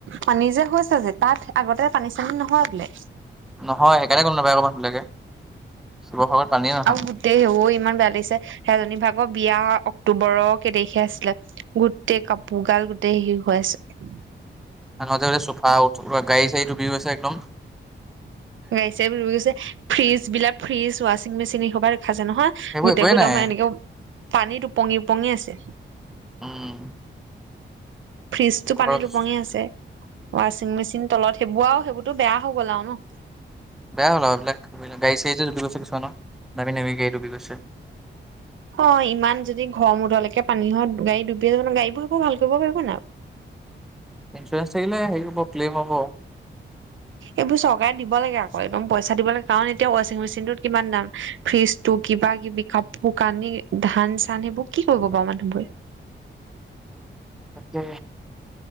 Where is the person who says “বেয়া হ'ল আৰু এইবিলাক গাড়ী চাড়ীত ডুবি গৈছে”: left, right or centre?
Centre